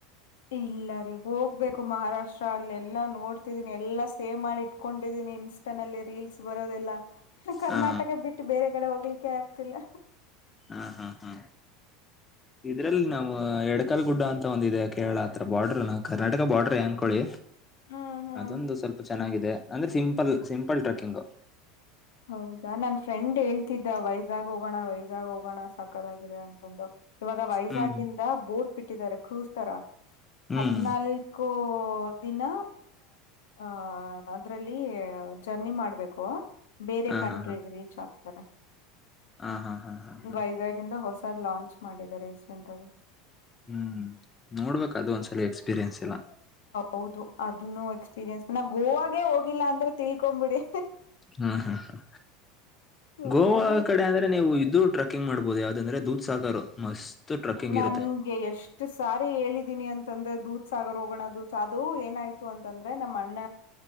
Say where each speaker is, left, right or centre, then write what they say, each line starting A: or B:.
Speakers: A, on the left; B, on the left.
A: ಇಲ್ಲ ರೀ ಹೋಗ್ಬೇಕು ಮಹಾರಾಷ್ಟ್ರ ಅಲ್ಲ ಎಲ್ಲಾ ನೋಡ್ತಿದೀನಿ ಎಲ್ಲಾ ಸೇವ್ ಮಾಡಿ ಇಟ್ಕೊಂಡಿದೀನಿ ಇನ್ ಲ್ಲಿ ರೀಲ್ಸ್ ಬರೋದೆಲ್ಲಾ ಕರ್ನಾಟಕ
B: ಹಾ
A: ಬಿಟ್ಟು ಬೇರೆ ಕಡೆ ಹೋಗ್ಲಿಕ್ಕೆ ಆಗ್ತಿಲ್ಲ
B: ಹಾ ಹಾ ಹಾ ಇದ್ರಲ್ಲಿ ನಮ್ಮ್ ಎಡಕಲ್ ಗುಡ್ಡ ಅಂತ ಒಂದ ಇಿದೆ ಕೇಳತ್ರ ಬಾರ್ಡ್ರ ನ ಕರ್ನಾಟಕ ಬಾರ್ಡ್ರ ಅನ್ಕೊೊಳ್ಳಿ
A: ಹ್ಮ್ ಹ್ಮ್
B: ಅದೊಂದು ಸ್ವಲ್ಪ ಚೆನ್ನಾಗಿದೆ ಅಂದ್ರೆ ಸಿಂಪಲ್ ಸಿಂಪಲ್ ಟ್ರೆಕ್ಕಿಂಗ್
A: ಹೌದಾ ನನ್ ಫ್ರೆಂಡ್ ಹೇಳ್ತಿದ್ದ ವೈಜಾಗ್ ಹೋಗೋಣ ವೈಜಾಗ್ ಹೋಗೋಣ ಸಾಕತ್ಗಿದೆ ಇವಾಗ ವೈಜಾಕ್
B: ಹ್ಮ್
A: ಇಂದ ಬೋಟ್ ಬಿಟ್ಟಿದ್ದಾರೆ ಕ್ರೂಸ್ ತರ
B: ಹ್ಮ್
A: ಹದ್ನಾಲ್ಕು ಕೋ ದಿನ ಆಹ ಅದ್ರಲ್ಲಿ ಜರ್ನಿ ಮಾಡ್ಬೇಕು ಬೇರೆ
B: ಹಾ
A: ಕಂಟ್ರಿಗೆ
B: ಹಾ ಹಾ
A: ರೀಚ್ ಆಗ್ತಾರೆ
B: ಹಾ ಹಾ ಹಾ ಹಾ ಹಾ
A: ವೈಜಾಗ್ಂದ ಹೊಸ್ ಲಾಂಚ್ ಹೆ ಮಾಡಿದ್ದಾರೆ ರೀಸೆಂಟ್ ಆಗಿ
B: ಹ್ಮ್ ನೋಡ್ಬೇಕಕ್ ಅದು ಒಂದ್ಸಲ ಎಕ್ಸ್ಪೀರಿಯನ್ಸ್ ಇಲ್ಲ
A: ಹೌದು ಅದನ್ನು ಎಕ್ಸ್ಪೀರಿಯನ್ಸ್ ನ ಗೋವಾಗೆ ಹೋಗಿಲ್ಲ ಅಂದ್ರೆ ತಿಳ್ಕೊ್ ಬಿಿಡಿ
B: ಹ್ಮ್ ಹ್ಮ ಹ
A: ಗೋವಾಗೆ
B: ಗೋವಾ ಕಡೆ ಅಂದ್ರೆ ನೀವು ಇದು ಟ್ರಕ್ ಕುಕ್ಕಂಗ್ ಮಾಡಬಹುದು ಯಾವ್ದಂದ್ರೆ ದೂ್ ಸಾಕು ಮಸ್ತ್ ಟ್ರೆಕ್ಕಿಂಗ್
A: ನನ್ಗೆ
B: ಇರುತ್ತೆ
A: ಯಶ್ ಇಷ್ಟು ಸಾರಿ ಹೇಳಿದೀನಿ ಅಂತಂದ್ರೆ ದೂತ್ ಸಾಗ ಹೋಗಣ ದೂತ್ ಅದು ಏನಾಯ್ತು ಅಂತಂದ್ರೆ ನಮ್ಮ್ ಅಣ್ಣ